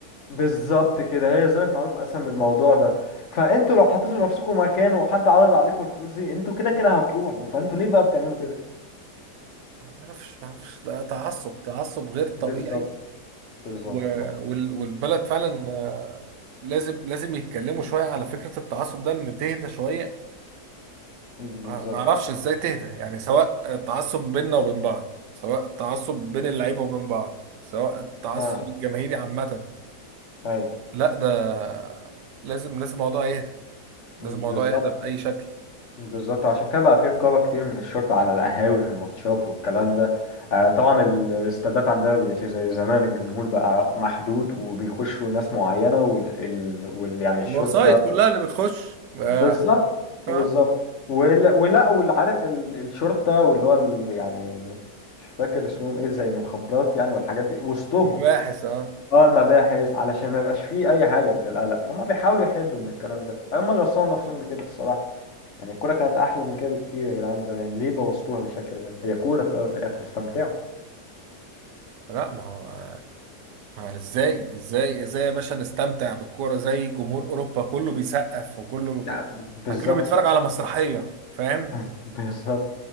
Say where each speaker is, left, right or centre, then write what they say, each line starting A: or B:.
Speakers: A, on the left; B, on the right.
A: بالظبط كده هي الزمالك معروف اصلا بالموضوع ده فانتوا لو حطيتوا نفسكم مكانه وحد عرض عليكم الفلوس دي انتوا كده كده هتروحوا فانتوا ليه بقى بتعملوا كده
B: ما اعرفش ما اعرفش ده تعصب تعصب غير طبيعي
A: بالظبط بالظبط
B: و... وال... والبلد فعلا آه، لازم لازم يتكلموا شويه على فكره التعصب ده ان تهدى شويه
A: بالظبط
B: آه، ما اعرفش ازاي تهدى يعني سواء التعصب بيننا وبين بعض سواء التعصب بين اللعيبه وبين بعض سواء التعصب
A: اه
B: الجماهيري عامه
A: ايوه
B: لا ده لازم لازم الموضوع يهدى
A: بالظبط
B: لازم الموضوع يهدى بأي شكل
A: بالظبط عشان كده بقى في رقابة كتير من الشرطة على القهاوي في الماتشات والكلام ده آه طبعا الاستادات عندنا مبقتش زي زمان الجمهور بقى محدود وبيخشوا ناس معينة وال, ال... وال... يعني الشرطة
B: الوسايط كلها اللي بتخش آه.
A: بالظبط بالظبط
B: آه.
A: ولا ولا واللي عارف ال... الشرطة واللي هو ال... يعني مش فاكر اسمهم ايه زي المخابرات يعني والحاجات دي وسطهم
B: مباحث اه
A: اه المباحث علشان ما يبقاش فيه اي حاجه من القلق فهم بيحاولوا يحدوا من الكلام ده هم اللي وصلوا نفسهم لكده الصراحه يعني الكوره كانت احلى من كده بكتير يا جدعان زمان ليه بوظتوها بالشكل ده هي كوره في الاول وفي الاخر استمتعوا
B: لا ما هو ما هو ازاي ازاي ازاي يا باشا نستمتع بالكورة زي جمهور أوروبا كله بيسقف وكله
A: لا، بالظبط
B: كله بيتفرج على مسرحية فاهم
A: <laughs> بالظبط